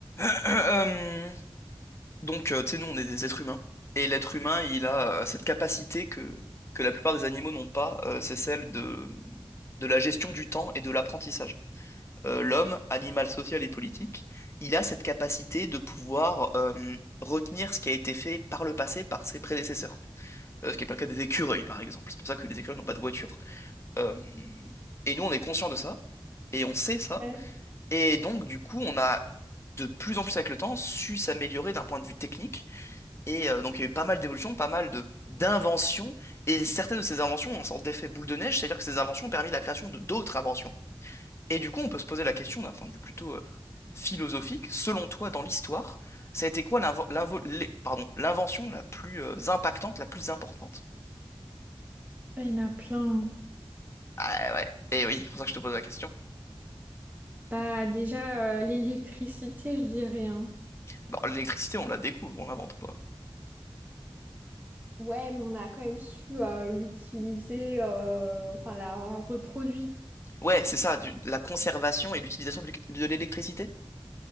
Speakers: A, on the left; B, on the right.
A: Euh, euh, donc, euh, tu sais, nous, on est des êtres humains. Et l'être humain, il a euh, cette capacité que, que la plupart des animaux n'ont pas, euh, c'est celle de, de la gestion du temps et de l'apprentissage. Euh, l'homme, animal social et politique, il a cette capacité de pouvoir euh, retenir ce qui a été fait par le passé par ses prédécesseurs. Euh, ce qui n'est pas le cas des écureuils, par exemple. C'est pour ça que les écureuils n'ont pas de voiture. Euh, et nous, on est conscient de ça, et on sait ça,
B: Euh,
A: et donc, du coup, on a de plus en plus avec le temps su s'améliorer d'un point de vue technique. Et euh, donc, il y a eu pas mal d'évolutions, pas mal de d'inventions. Et certaines de ces inventions ont un sorte d'effet boule de neige, c'est-à-dire que ces inventions ont permis la création de d'autres inventions. Et du coup, on peut se poser la question d'un point de vue plutôt euh, philosophique. Selon toi, dans l'histoire, ça a été quoi l'invo- l'invo- les- pardon, l'invention la plus euh, impactante, la plus importante?
B: Il y en a plein.
A: Ah ouais, et oui, c'est pour ça que je te pose la question.
B: Bah déjà euh, l'électricité, je dirais. hein.
A: Bon, l'électricité, on la découvre, on l'invente pas.
B: Ouais, mais on a quand même su euh, l'utiliser, euh, enfin la reproduire.
A: Ouais, c'est ça, du- la conservation et l'utilisation de l'éc- de l'électricité.